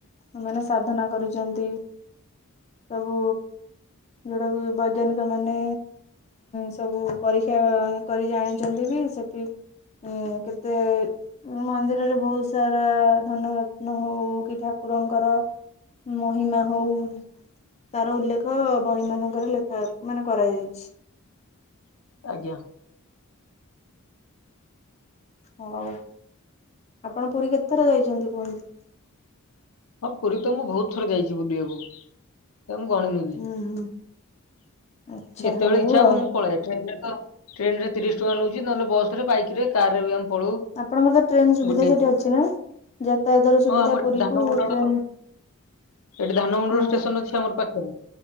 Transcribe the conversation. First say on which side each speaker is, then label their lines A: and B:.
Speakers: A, on the left; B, on the left.
A: ସେମାନେ ସାଧନା କରିଛନ୍ତି। ସବୁ ଯୋଉଟାକୁ ବୈଜ୍ଞାନିକ ମାନେ ସବୁ ପରୀକ୍ଷା କରି ଜାଣିଛନ୍ତି ବି ସେଠି ଉଁ କେତେ ମନ୍ଦିରରେ ବହୁତ ସାରା ଧନରତ୍ନ ହଉ କି ଠାକୁରଙ୍କର ମହିମା ହଉ ତାର ଉଲ୍ଲେଖ ବହି ମାନଙ୍କରେ ଲେଖା ମାନେ କରାଯାଇଛି।
B: ଆଜ୍ଞା
A: ହ ହଉ ଆପଣ ପୁରୀ କେତେଥର ଯାଇଛନ୍ତି କୁହନ୍ତି।
B: ହଁ ପୁରୀ ତ ମୁଁ ବହୁତ ଥର ଯାଇଛି ବୁଲିବାକୁ ମୁଁ ଗଣିନେବି।
A: ହୁଁ ହୁଁ। ଆଚ୍ଛା
B: ଯେତେବେଳେ
A: ହଉ
B: ଇଚ୍ଛା
A: ଆଉ
B: ହବ ମୁଁ ପଳାଏ <unintelligible> ଟ୍ରେନ ତିରିଶ ଟଙ୍କା ନେଉଛି। ନହେଲେ ବସରେ ବାଇକରେ କାରରେ ବି ଆମେ ପଳଉ।
A: ଆପଣଙ୍କର ତ ଟ୍ରେନ ସୁବିଧା
B: ବୁଲିବାକୁ।
A: ସେଠି ଅଛି ନା ଯାତାୟାତର
B: ହଁ
A: ସୁବିଧା
B: ଆମର
A: ପୁରୀକୁ
B: ଧାନ ମଣ୍ଡଳ
A: ଟ୍ରେନ
B: ଏଠି ଧାନମଣ୍ଡଳ
A: ହଁ
B: ଷ୍ଟେସନ ଅଛି ଆମର ପାଖରେ।